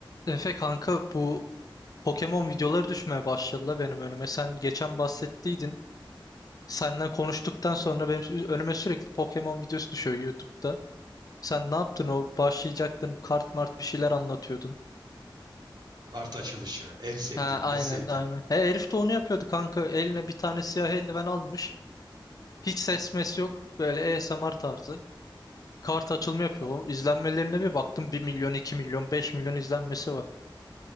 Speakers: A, on the left; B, on the right.
A: Efe kanka bu Pokemon videoları düşmeye başladı benim önüme. Sen geçen bahsettiydin. Senden konuştuktan sonra benim sü- önüme sürekli Pokemon videosu düşüyor YouTube'da. Sen ne yaptın o? Başlayacaktın kart mart bir şeyler anlatıyordun.
B: Kart açılışı. En sevdiğim,
A: Ha aynen
B: en sevdiğim.
A: aynen. He herif de onu yapıyordu kanka. Eline bir tane siyah eldiven almış. Hiç ses mes yok. Böyle ASMR tarzı. Kart açılımı yapıyor.
B: Ka-
A: Oğlum, İzlenmelerine bir baktım bir milyon, 2 milyon, 5 milyon izlenmesi var.